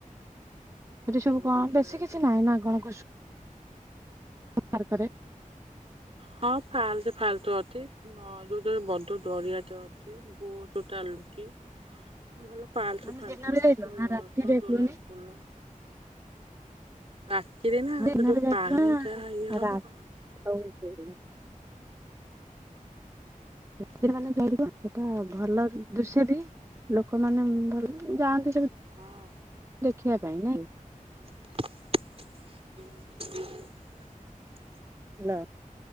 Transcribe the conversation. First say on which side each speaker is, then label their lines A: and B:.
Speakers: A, on the right (about 20°); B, on the right (about 45°).
A: ସେଠି ସବୁ
B: ତୁମପାଳରେ
A: କଣ ବେଶୀ
B: ଯାଇଥିଲି।
A: କିଛି ନାହିଁ ନା କଣ କୁସ୍ ପାର୍କରେ।
B: ହଁ ପାର୍କ ଫାର୍କ ଅଛି ହ ଯୋଉଠି ବଡ଼ ଗଢ଼ିଆଟେ ଅଛି। ବସ ଚାଲୁଛି। ଭଲ ପାର୍କ
A: ମାନେ
B: ଫାର୍କ
A: ଦିନରେ
B: ଅଛି
A: ଯାଇଥିଲ
B: ଫୁଲ
A: ନା ରାତିରେ
B: ଗଛ ଡୋଲାପ
A: କୁହନି?
B: ଫୁଲ ରାତିରେ ନା
A: ଦିନରେ
B: ଯୋଉ
A: ଯାଇଥିଲ
B: ପାହାଣୀଟା
A: ନା
B: ଇଏ ହବ କଣ
A: <unintelligible> ସେଥି ମାନେ ଯାଇ ଦେଖିବା ସେଟା ଭଲ ଦୁସିଆ ଦେଇ ଲୋକମାନେ ଭଲ ଯାଆନ୍ତି ସେ
B: ହଁ।
A: ଦେଖିବା ପାଇଁ ନାଇଁ
B: <unintelligible>
A: ହାଲୋ।